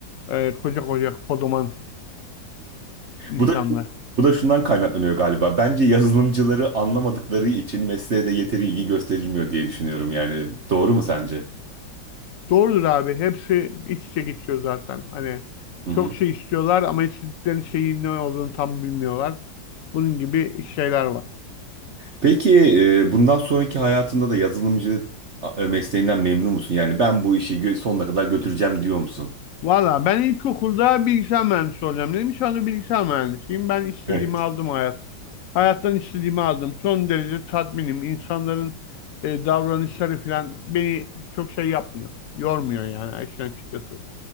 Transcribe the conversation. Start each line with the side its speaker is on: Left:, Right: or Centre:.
Left: e, koca koca kodoman insanlar.
Right: Bu da bu da şundan kaynaklanıyor galiba. Bence yazılımcıları anlamadıkları için mesleğe de yeteri ilgi gösterilmiyor diye düşünüyorum yani. Doğru mu sence?
Left: Doğrudur abi. Hepsi iç içe geçiyor zaten. Hani
Right: Hı
Left: çok
Right: hı.
Left: şey istiyorlar ama istedikleri şeyin ne olduğunu tam bilmiyorlar. Bunun gibi şeyler var.
Right: Peki e, bundan sonraki hayatında da yazılımcı e, mesleğinden memnun musun? Yani ben bu işi gö- sonuna kadar götüreceğim diyor musun?
Left: Valla ben ilkokulda bilgisayar mühendisi olacağım dedim. Şu anda bilgisayar mühendisiyim. Ben istediğimi
Right: Evet.
Left: aldım hayat. Hayattan istediğimi aldım. Son derece tatminim. İnsanların e, davranışları falan beni çok şey yapmıyor. Yormuyor yani işin açıkçası.